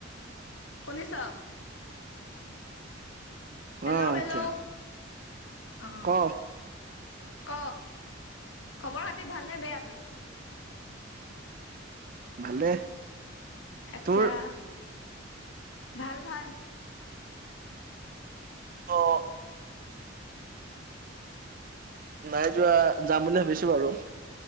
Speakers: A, on the left; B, on the right.
A: শুনিছ হেল্ল'
B: অ
A: হেল্ল'
B: এতিয়া
A: অ,
B: ক
A: ক খবৰ খাতি ভালনে বেয়া? <inaudible>
B: ভালে
A: আচ্ছা
B: তোৰ।
A: ভাল, ভাল।
B: অ নাই যোৱা, যাম বুলি ভাবিছো বাৰু